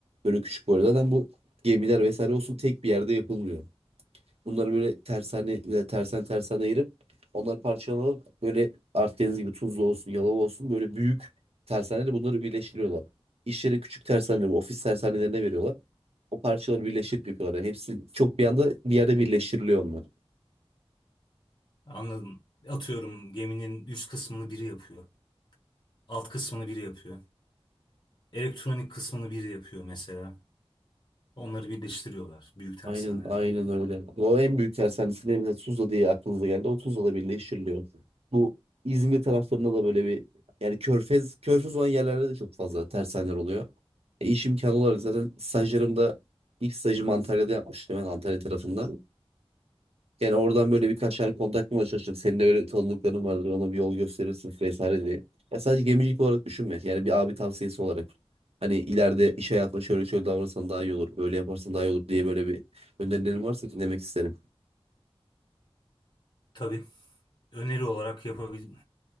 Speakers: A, on the right (about 70°); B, on the left (about 45°).
A: Böyle küçük bu arada. Zaten bu gemiler vesaire olsun tek bir yerde yapılmıyor. Bunları böyle tersane tersen tersen ayırıp onları parçalayıp böyle Akdeniz gibi Tuzla olsun, Yalova olsun böyle büyük tersaneyle bunları birleştiriyorlar. İş yeri küçük tersaneler, ofis tersanelerine veriyorlar. O parçaları birleştirip yapıyorlar. Yani hepsi çok bir anda bir yerde birleştiriliyor onlar.
B: Anladım. Atıyorum geminin üst kısmını biri yapıyor. Alt kısmını biri yapıyor. Elektronik kısmını biri yapıyor mesela. Onları birleştiriyorlar. Büyük tersaneler.
A: Aynen, aynen öyle. O en büyük tersanesilerinden Tuzla diye aklınıza geldi. O Tuzla'da birleştiriliyor. Bu İzmir taraflarında da böyle bir yani körfez körfez olan yerlerde de çok fazla tersaneler oluyor. E, iş imkanı olarak zaten stajlarımda ilk stajımı Antalya'da yapmıştım ben Antalya tarafında. Yani oradan böyle birkaç yer kontak bulmaya çalıştım. Senin de öyle tanıdıkların vardır. Ona bir yol gösterirsin vesaire diye. Ya sadece gemicilik olarak düşünme. Yani bir abi tavsiyesi olarak. Hani ileride iş hayatında şöyle şöyle davranırsan daha iyi olur. Böyle yaparsan daha iyi olur diye böyle bir önerilerin varsa dinlemek isterim.
B: Tabii öneri olarak yapabil...